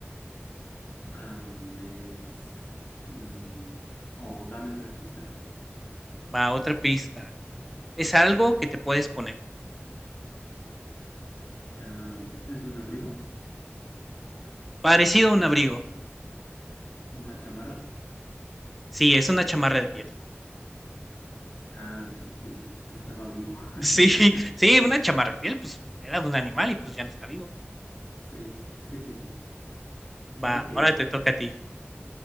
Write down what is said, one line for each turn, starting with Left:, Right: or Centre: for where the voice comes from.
Left: Am, es un... O dame otra pista.
Centre: Va, otra pista. Es algo que te puedes poner.
Left: Am, ¿es un abrigo?
Centre: Parecido a un abrigo.
Left: ¿Una chamarra?
Centre: Sí, es una chamarra de piel. <laughs>
Left: Ah, ok. Yo dije, pues que estaba vivo. <laughs>
Centre: Sí, sí, una chamarra de piel, pues era de un animal y pues ya no está vivo.
Left: Sí, sí, sí, sí. Ok.
Centre: Va, ahora te toca a ti.